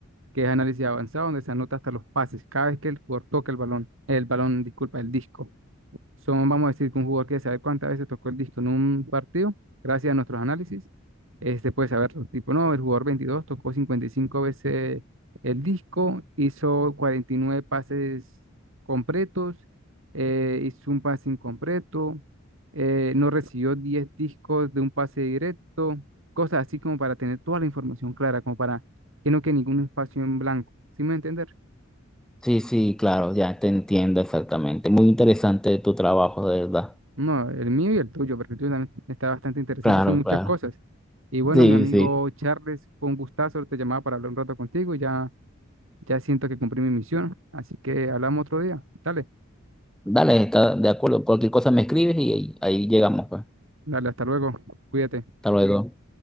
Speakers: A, on the right (about 70°); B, in the centre.
A: que es análisis avanzado, donde se anota hasta los pases, cada vez que el jugador toca el balón, el balón, disculpa, el disco. Son, vamos a decir, que un jugador que sabe cuántas veces tocó el disco en un partido, gracias a nuestros análisis, este puede saber, tipo, no, el jugador 22 tocó 55 veces el disco, hizo 49 pases completos, eh, hizo un pase incompleto, eh, no recibió 10 discos de un pase directo, cosas así como para tener toda la información clara, como para que no quede ningún espacio en blanco. ¿Sí me entiendes?
B: Sí, sí, claro, ya te entiendo exactamente. Muy interesante tu trabajo, de verdad.
A: No, el mío y el tuyo, porque el tuyo también está bastante interesante
B: Claro,
A: y son muchas
B: claro.
A: cosas. Y bueno,
B: Sí,
A: mi amigo
B: sí.
A: Charles, fue un gustazo, te llamaba para hablar un rato contigo y ya, ya siento que cumplí mi misión. Así que hablamos otro día. Dale,
B: Dale, está de acuerdo. Cualquier cosa me escribes y ahí, ahí llegamos, pues.
A: dale, hasta luego. Cuídate.
B: Hasta luego.